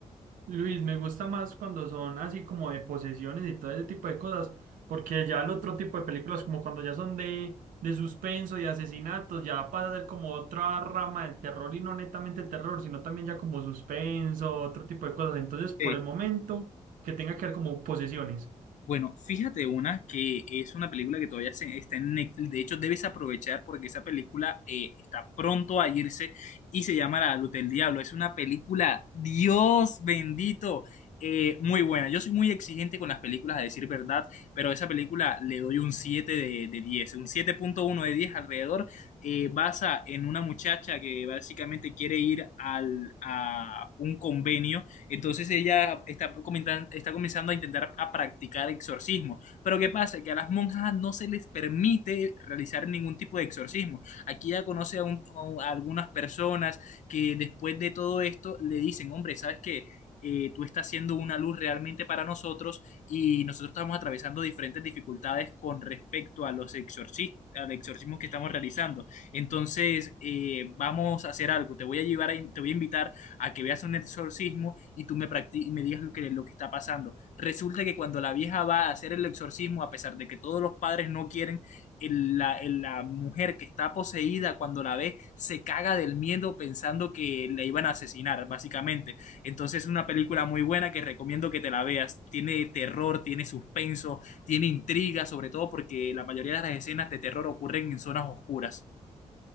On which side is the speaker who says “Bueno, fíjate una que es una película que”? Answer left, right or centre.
Left